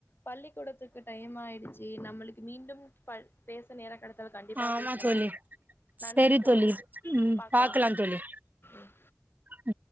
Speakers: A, on the left (about 55°); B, on the right (about 40°).
A: பள்ளிக்கூடத்துக்கு டைம் ஆயிடுச் சி நம்மளுக்கு மீண்டும் பள் பேச நேரோ கெடத்தால் கண்டிப்பா
B: ஆமா
A: பேசலா
B: தோழி
A: நன்றி
B: சரி
A: தோழி
B: ம்
A: பாக்கலா
B: பாக்கலாம் தோழி
A: ம்
B: ம்